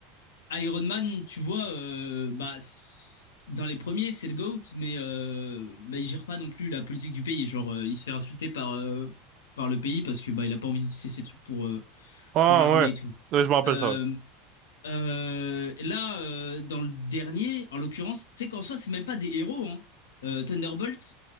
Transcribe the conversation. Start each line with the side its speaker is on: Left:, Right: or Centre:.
Left: Iron Man, tu vois, euh, bah, c- dans les premiers, c'est le GOAT, mais euh, bah, il gère pas non plus la politique du pays. Genre, euh, il se fait insulter par, euh, par le pays parce que bah, il a pas envie d'utiliser ses trucs pour, euh,
Right: Ah
Left: pour l'armée
Right: ouais.
Left: et tout.
Right: Ouais, je me rappelle
Left: Euh,
Right: ça, ouais.
Left: euh, là, euh, dans le dernier, en l'occurrence, c'est qu'en soi, c'est même pas des héros. hein. Euh, Thunderbolt,